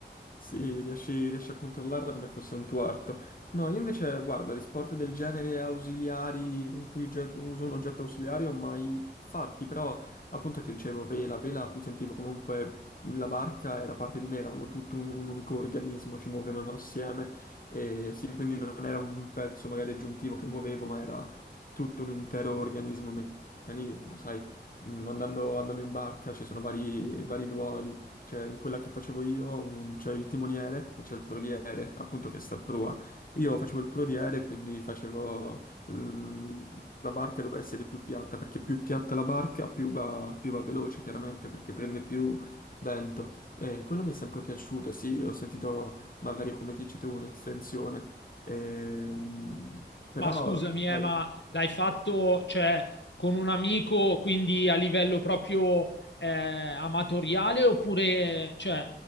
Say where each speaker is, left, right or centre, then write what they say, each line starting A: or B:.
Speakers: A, on the left; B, on the left.
A: Sì, riesci, riesci a controllarla come fosse un tuo arto. No, io invece, guarda, di sport del genere ausiliari in cui ge- uso un oggetto ausiliario mai fatti, però appunto ti dicevo vela, vela mi sentivo comunque la barca era parte di me, eravamo tutto un, un unico organismo, ci muovevamo assieme e sì, quindi non era un pezzo magari aggiuntivo che muovevo, ma era tutto un intero organismo, meccanismo, sai, Mm, andando, andando in barca ci sono vari, vari ruoli cioè, in quella che facevo io un- c'è il timoniere e c'è il prodiere, appunto che sta a prua. Io facevo il prodiere, quindi facevo eh, la barca doveva essere più piatta, perché più piatta la barca, più va, più va veloce, chiaramente, perché prende più vento. E quello mi è sempre piaciuto, sì, ho sentito magari come dici tu un'estensione. Ehm, però
B: Ma scusami, eh,
A: sai,
B: ma l'hai fatto, cioè, con un amico, quindi a livello proprio eh, amatoriale, oppure, cioè,